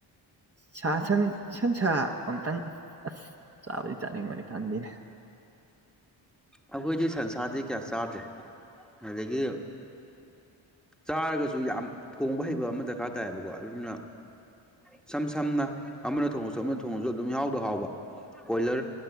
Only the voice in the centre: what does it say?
ꯑꯩꯈꯣꯏꯗꯤ ꯁꯟꯁꯥꯔꯗꯤ ꯀꯌꯥ ꯆꯥꯗ꯭ꯔꯦ ꯑꯗꯒꯤ ꯆꯥꯔꯒꯁꯨ ꯌꯥꯝ ꯊꯣꯡꯕ ꯍꯩꯕ ꯑꯃ ꯗꯔꯀꯥꯔ ꯇꯥꯏꯌꯦꯕꯀꯣ ꯑꯗꯨꯝꯅ ꯏꯁꯝ ꯁꯝꯅ ꯑꯃꯅ ꯊꯣꯡꯉꯁꯨ ꯑꯃꯅ ꯊꯣꯡꯉꯁꯨ ꯑꯗꯨꯝ ꯌꯥꯍꯥꯎꯗ ꯍꯥꯎꯕ ꯀꯣꯏꯂꯔ